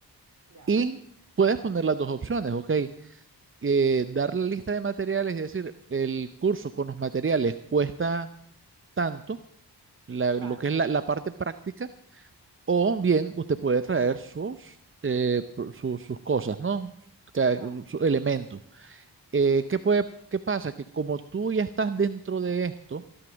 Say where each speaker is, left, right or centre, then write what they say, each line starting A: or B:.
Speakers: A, on the right (about 45°); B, on the right (about 30°).
A: ya,
B: y puedes poner las dos opciones, ok, eh, dar la lista de materiales y decir, el curso con los materiales cuesta tanto, la-
A: Claro.
B: lo que es la la parte práctica O bien, usted puede traer sus, eh, pro- su- sus cosas, ¿no? Ca-
A: claro.
B: Sus elementos. Eh, ¿qué puede, qué pasa? Que como tú ya estás dentro de esto,